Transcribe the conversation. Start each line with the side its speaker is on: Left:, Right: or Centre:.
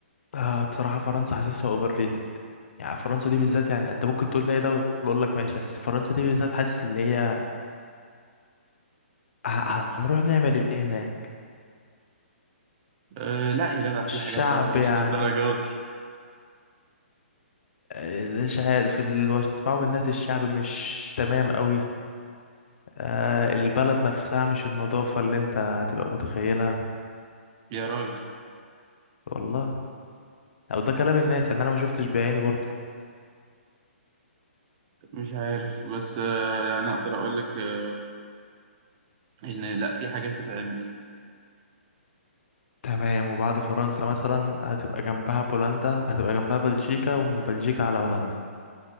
Left: آه بصراحة فرنسا حاسسها اوفر ريتد يعني فرنسا دي بالذات يعني انت ممكن تقول لي اي دولة اقول لك ماشي بس فرنسا دي بالذات حاسس ان هي ه-
Right: آه.
Left: هنروح نعمل ايه هناك
Right: أه لا يا جدع في
Left: الشعب
Right: حاجات برضو
Left: يعني
Right: مش للدرجة دي
Left: آه، مش عارف اللي بسمعه من الناس الشعب مش تمام قوي آه البلد نفسها مش النظافة اللي انت هتبقى متخيلها
Right: يا راجل
Left: والله او ده كلام الناس يعني انا ما شفتش بعيني برضه
Right: مش عارف بس أه يعني اقدر اقول لك أه ان لا في حاجات تتعمل
Left: تمام وبعد فرنسا مثلا هتبقى جنبها بولندا هتبقى جنبها بلجيكا ومن بلجيكا على هولندا